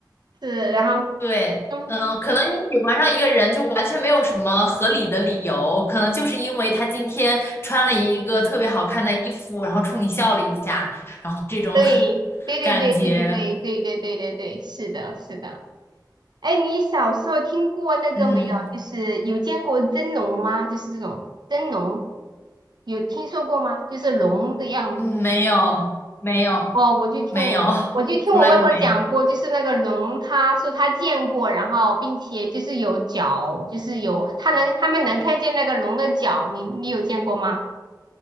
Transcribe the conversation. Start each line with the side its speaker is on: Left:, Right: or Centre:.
Right: 是，然后
Left: 对，
Right: 嗯，
Left: 嗯，可能你喜欢上一个人就完全没有什么合理的理由，可能就是因为他今天穿了一个特别好看的衣服，然后冲你笑了一下，然后这种
Right: 对对对对对对对对对对对对，
Left: <laughs> 感觉，
Right: 是的，是的。哎，你小时候听过那个没有？
Left: 嗯
Right: 就是有见过真龙吗？就是这种真龙，有听说过吗？就是龙的样子。
Left: 嗯，没有没有
Right: 哦，我就听我我就听我外婆讲过，
Left: 没有，从来都没有
Right: 就是那个龙，她说她见过，然后并且就是有脚，就是有她能他们能看见那个龙的脚，你你有见过吗？